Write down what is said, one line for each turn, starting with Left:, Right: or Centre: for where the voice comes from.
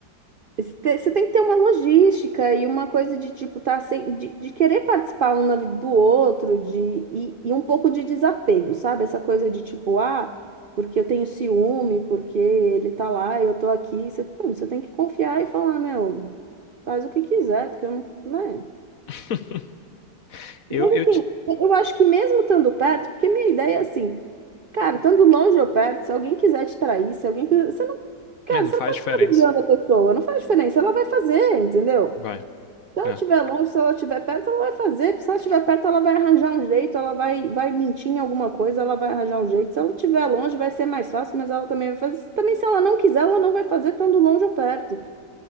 Right: você te- você tem que ter uma logística e uma coisa de tipo tá sem, de, de querer participar um na vida do outro, de e, e um pouco de desapego, sabe? Essa coisa de tipo, ah, porque eu tenho ciúme, porque ele tá lá, eu tô aqui. Você, pô, você tem que confiar e falar, meu, faz o que quiser, porque eu não, né?
Left: <laughs> Eu,
Right: Mas
Left: eu,
Right: assim,
Left: ti-
Right: eu acho que mesmo estando perto, porque minha ideia é assim. Cara, tanto longe ou perto, se alguém quiser te trair, se alguém. quiser- Você não. Cara,
Left: É, não
Right: você
Left: faz
Right: não pode
Left: diferença.
Right: ficar vigiando a pessoa. Não faz diferença. Ela vai fazer, entendeu?
Left: Vai.
Right: Se ela
Left: É.
Right: estiver longe, se ela estiver perto, ela vai fazer. Porque se ela estiver perto, ela vai arranjar um jeito, ela vai, vai mentir em alguma coisa, ela vai arranjar um jeito. Se ela estiver longe, vai ser mais fácil, mas ela também vai fazer. Também, se ela não quiser, ela não vai fazer tanto longe ou perto.